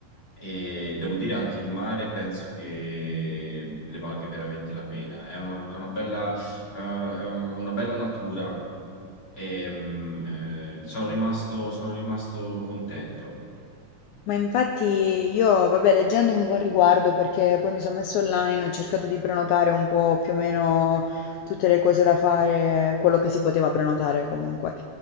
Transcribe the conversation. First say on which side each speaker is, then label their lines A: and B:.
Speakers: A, on the left; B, on the left.
A: E devo dire anche il mare penso che ne valga veramente la pena. È una, è una bella eh, è una bella natura e, mm, eh, sono rimasto, sono rimasto contento.
B: Ma infatti io, vabbè, leggendo un po' al riguardo, perché poi mi sono messa online, ho cercato di prenotare un po' più o meno tutte le cose da fare, quello che si poteva prenotare comunque.